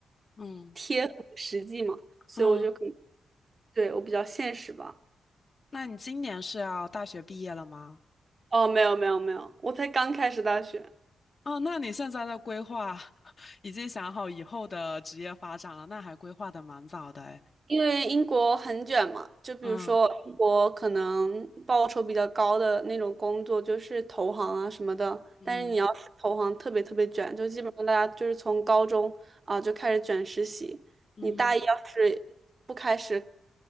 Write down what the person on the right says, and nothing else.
贴合实际嘛，所以我就可能，
对，我比较现实吧。
哦，没有没有没有，我才刚开始大学。
因为英国很卷嘛，就比如说英国可能报酬比较高的那种工作就是投行啊什么的，
但是你要是投行特别特别卷，就基本上大家就是从高中啊就开始卷实习，
你大一要是不开始